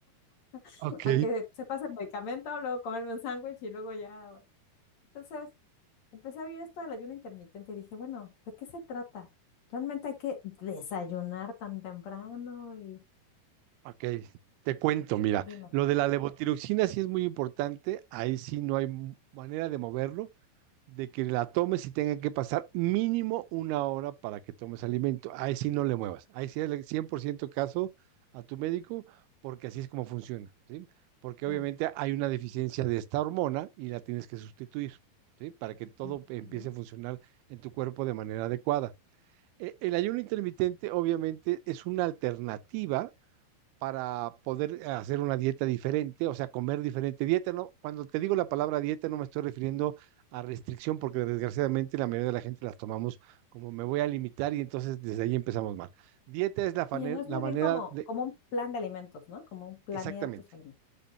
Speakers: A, on the left; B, on the right.
A: <laughs>
B: Ok,
A: a que se pase el medicamento, luego comerme un sándwich y luego ya. bueno. Entonces, empecé a ver esto del ayuno intermitente y dije, bueno, ¿de qué se trata? Realmente hay que desayunar tan temprano y
B: ok. Te cuento, mira,
A: dime.
B: lo de la levotiroxina sí es muy importante, ahí sí no hay m- manera de moverlo, de que la tomes y tenga que pasar mínimo una hora para que tomes alimento, ahí sí no le muevas, ahí sí el 100% caso a tu médico, porque así es como funciona, ¿sí? Porque
A: la-
B: obviamente hay una deficiencia de esta hormona y la tienes que sustituir, ¿sí? Para que todo
A: Ujú.
B: empiece a funcionar en tu cuerpo de manera adecuada. E- El ayuno intermitente obviamente es una alternativa para poder eh, hacer una dieta diferente, o sea, comer diferente. Dieta, no, cuando te digo la palabra dieta no me estoy refiriendo a restricción porque desgraciadamente la mayoría de la gente las tomamos como me voy a limitar y entonces desde ahí empezamos mal. Dieta es la, fane-
A: Y no es
B: la
A: más
B: manera
A: bien como,
B: de,
A: como un plan de alimentos, ¿no? Como un planear
B: exactamente,
A: tus alimentos.